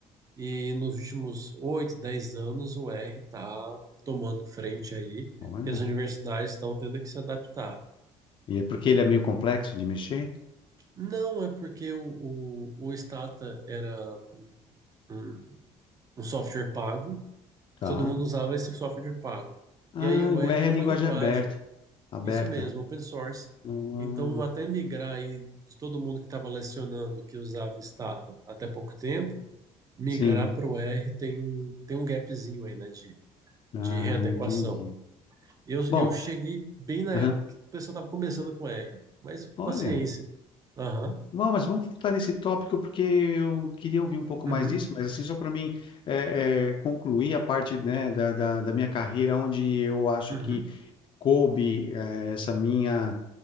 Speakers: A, on the right; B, on the left.
A: e nos últimos 8, 10 anos o R está tomando frente aí
B: Olha.
A: e as universidades estão tendo que se adaptar.
B: E é porque ele é meio complexo de mexer?
A: Não é porque o, o, o Stata era um, um um software pago,
B: Tá.
A: todo mundo usava esse software pago.
B: Ah,
A: E aí o
B: o
A: R
B: R
A: é
B: é
A: uma
B: linguagem
A: linguagem.
B: aberta. Aberta.
A: Isso mesmo, open source.
B: Ah,
A: Então, até migrar aí de todo mundo que estava lecionando que usava Stata até pouco tempo, migrar
B: sim.
A: para o R tem um, tem um gapzinho aí, né, de,
B: Ah,
A: de readequação.
B: entendi.
A: Eu,
B: Bom,
A: eu cheguei bem na
B: aham.
A: época que o pessoal estava começando com R, mas
B: Olha,
A: paciência. Aham,
B: bom, mas vamos voltar nesse tópico porque eu queria ouvir um pouco
A: uhum,
B: mais disso, mas assim, só para mim é, é, concluir a parte, né, da, da, da minha carreira, onde eu acho
A: uhum.
B: que coube é, essa minha,